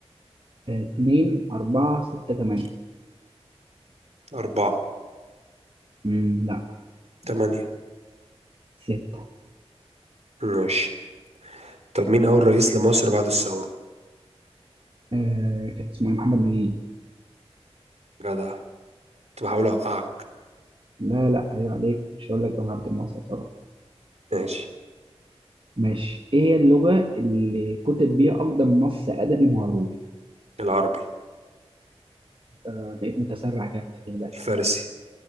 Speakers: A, on the right; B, on the right.
A: آه، اتنين اربعة ستة تمانية
B: أربعة
A: مم، لا
B: تمانية
A: ستة
B: ماشي طب مين أول رئيس لمصر بعد الثورة
A: آه كان اسمه إيه؟ محمد نجيب
B: جدع كنت بحاول أوقعك
A: لا لا ايوه عليك مش هقول لك جمال عبد الناصر صراحة
B: ماشي
A: ماشي ايه هي اللغة اللي كتب بيها اقدم نص ادبي معروف
B: العربي
A: آه بقيت متسرع جامد خلي بالك
B: الفارسي